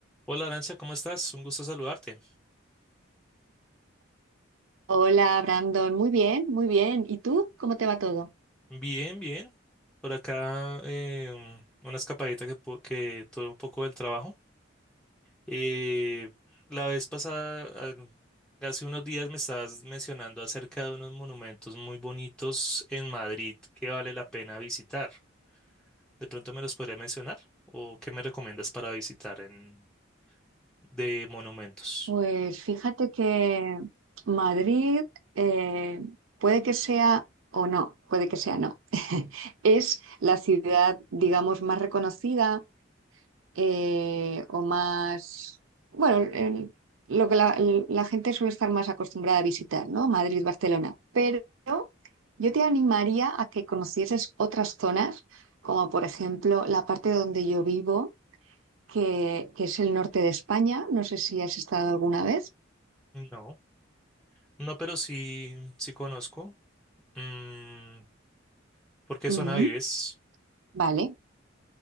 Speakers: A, in the centre; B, on the right (about 80°).
A: Hola Arancia, ¿cómo estás? Un gusto saludarte.
B: Hola, Brandon. Muy bien, muy bien. ¿Y tú? ¿Cómo te va todo?
A: Bien, bien. Por acá em, una escapadita que, pu- que tuve un poco del trabajo. Eh, la vez pasada, al- hace unos días me estabas mencionando acerca de unos monumentos muy bonitos en Madrid que vale la pena visitar. ¿De pronto me los podría mencionar? ¿O qué me recomiendas para visitar en, de monumentos?
B: Pues fíjate que Madrid eh, puede que sea o no, puede que sea no. <laughs> Es la ciudad, digamos, más reconocida eh, o más, bueno, el- lo que la, la gente suele estar más acostumbrada a visitar, ¿no? Madrid, Barcelona. Pero yo te animaría a que conocieses otras zonas, como por ejemplo la parte donde yo vivo que, que es el norte de España. No sé si has estado alguna vez.
A: No, no, pero sí, sí conozco. Mm, ¿por qué
B: Ujú,
A: zona vives?
B: vale.